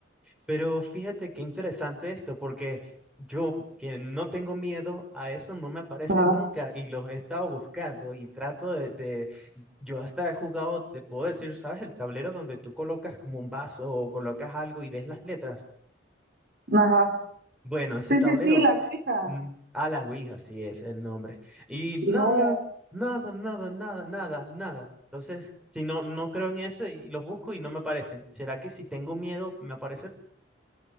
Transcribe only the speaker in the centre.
Pero fíjate qué interesante esto, porque yo que no tengo miedo a eso, no me aparece
nunca y los he estado buscando y trato de, de- yo hasta he jugado, te puedo decir, ¿sabes? El tablero donde tú colocas como un vaso o colocas algo y ves las letras.
Bueno, ese
tablero,
mm, a la Ouija, sí es el nombre. Y
nada, nada, nada, nada, nada, nada. Entonces, si no, no creo en eso y los busco y no me aparecen. ¿Será que si tengo miedo, me aparece